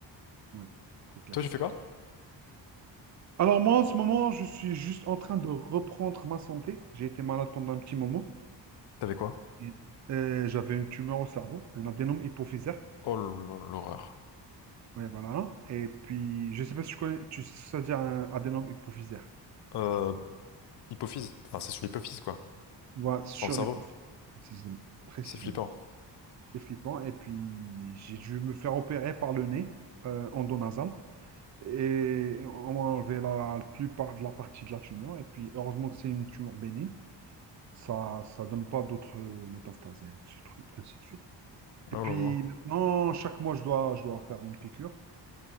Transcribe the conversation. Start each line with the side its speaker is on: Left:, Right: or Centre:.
Right: Ouais, c'est clair.
Left: Toi, j'ai fait quoi?
Right: Alors moi, en ce moment, je suis juste en train de reprendre ma santé. J'ai été malade pendant un petit moment.
Left: T'avais quoi?
Right: Et, euh, j'avais une tumeur au cerveau, un adénome hypophysaire.
Left: Oh, là là, l'horreur.
Right: Ouais, voilà. Et puis, je sais pas si tu connais, tu sais ce que ça veut dire un adénome hypophysaire.
Left: Euh, hypophyse. Enfin, c'est sur l'hypophyse, quoi.
Right: Voilà, sur
Left: Dans le cerveau.
Right: l'hypophyse, précisément. Précisément.
Left: C'est flippant.
Right: C'est flippant. Et puis, j'ai dû me faire opérer par le nez, euh, endonasal. Et on m'a enlevé la plupart de la partie de la tumeur. Et puis, heureusement que c'est une tumeur bénigne. Ça ça donne pas d'autres euh, métastases, et ainsi de suite. ainsi de suite.
Left: Oh
Right: Et puis
Left: là là.
Right: maintenant, chaque mois, je dois, je dois faire une piqûre